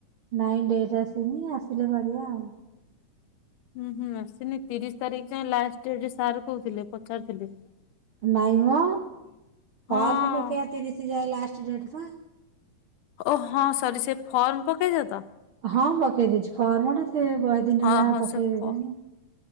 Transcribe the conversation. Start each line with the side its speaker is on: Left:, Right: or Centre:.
Right: ନାଇଁ ଡେଟ ଆସିନି ଆସିଲେ କରିବା ଆଉ।
Left: ହୁଁ ହୁଁ ଆସିନି ତିରିଶ ତାରିଖ ଯାଏଁ ଲାଷ୍ଟ ଡେଟ ସାର କହୁଥିଲେ ପଚାରିଥିଲି।
Right: ନାଇଁ ମ
Left: ହଁ
Right: ଫର୍ମ ପକେଇବା ତିରିଶ ଯାଏ ଲାଷ୍ଟ ଡେଟ ପା।
Left: ଓ ହଁ ସରି ସେ ଫର୍ମ ପକେଇଛ ତ।
Right: ହଁ ପକେଇ ଦେଇଛି ଫର୍ମ ଟା ସେ ବୟ ଦିନ
Left: ହଁ
Right: ହେଲା
Left: ହଁ
Right: ପକେଇଲେଣି।
Left: ସେ ଫ